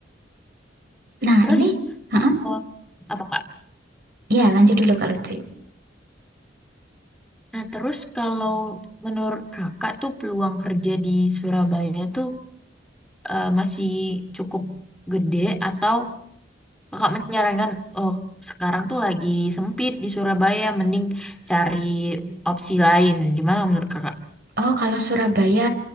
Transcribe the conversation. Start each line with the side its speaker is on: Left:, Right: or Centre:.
Right: Nah,
Centre: Terus
Right: ini, heeh.
Centre: oh, apa Kak?
Right: Iya, lanjut dulu Kak Lutfi.
Centre: Nah terus kalau menurut Kakak tuh peluang kerja di Surabaya tuh eh, masih cukup gede atau Kakak menyarankan oh sekarang tuh lagi sempit di Surabaya, mending cari opsi lain. Gimana menurut Kakak?
Right: Oh, kalau Surabaya